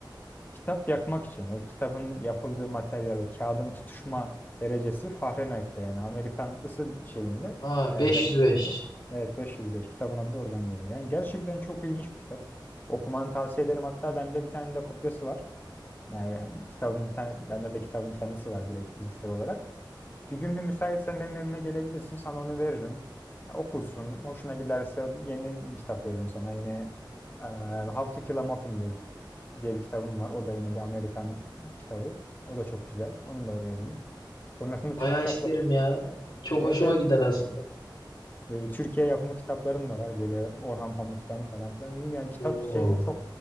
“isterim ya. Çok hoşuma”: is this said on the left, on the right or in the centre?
Left